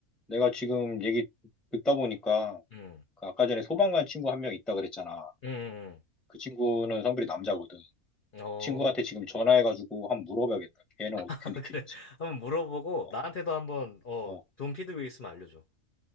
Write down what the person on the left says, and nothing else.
음,
음,
음.
어,
<laughs>
그래. 한번 물어보고
나한테도 한번, 어,
좋은 피드백 있으면 알려줘.